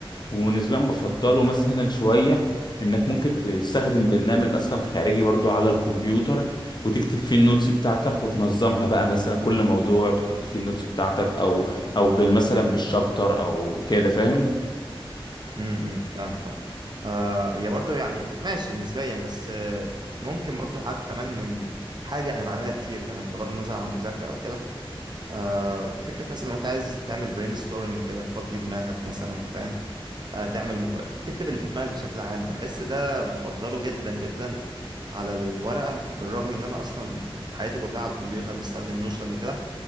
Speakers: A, on the left (about 50°); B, on the right (about 50°).
A: ونسبيا بفضله مثلا شويه انك ممكن تستخدم برنامج اصلا خارجي برضو على الكمبيوتر وتكتب فيه النوتس بتاعتك وتنظمها بقى مثلا كل موضوع تحط فيه النوتس بتاعتك او او بال- مثلا بالشابتر او بكده فاهم
B: امم امم، فاهمك فاهم آه هي برضو يعني ماشي نسبيا بس آه ممكن برضو حاجة كمان من حاجة أنا بعملها كتير كمان بغض النظر عن مذاكرة أو كده آه فكرة مثلا لو أنت عايز تعمل برين ستورمنج كده تفضي دماغك مثلا فاهم آه تعمل مقايف تكتب اللي في دماغك بشكل عام بحس ده بفضله جدا جدا على الورقة بالرغم إن أنا أصلا حياتي كلها على الكمبيوتر بستخدم نوشن وكده